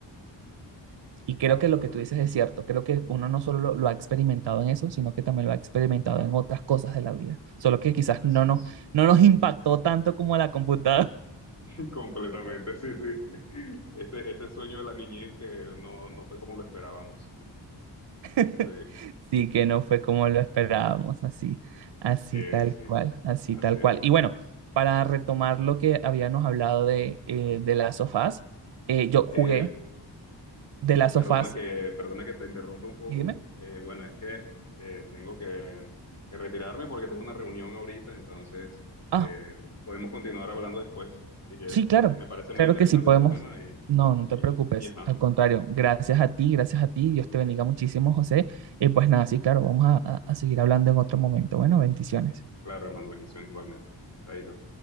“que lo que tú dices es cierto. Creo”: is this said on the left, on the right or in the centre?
Right